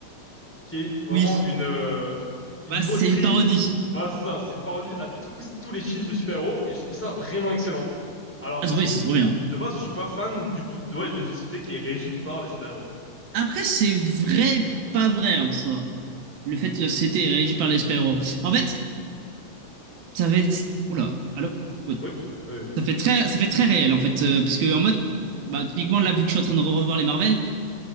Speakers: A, in the centre; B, on the right.
A: qui est vraiment
B: Oui,
A: une euh, une
B: bah,
A: moquerie.
B: c'est une parodie.
A: Voilà, c'est ça, c'est une parodie à tous tous les films de super-héros et je trouve ça vraiment excellent. Alors
B: Ah,
A: parce
B: c'est vrai,
A: que je
B: c'est
A: suis
B: trop bien.
A: de base, je suis pas fan du coup de ouais, d'une société qui est régie par les super-héros.
B: Après, c'est vrai, pas vrai en soi. Le fait que la société est régie par les super-héros. En fait, ça fait. Oula, allô? Oui.
A: Oui, oui, oui.
B: Ça fait très, ça fait très réel, en fait. euh, parce que, en mode, bah, typiquement, là, vu que je suis en train de revoir les Marvel,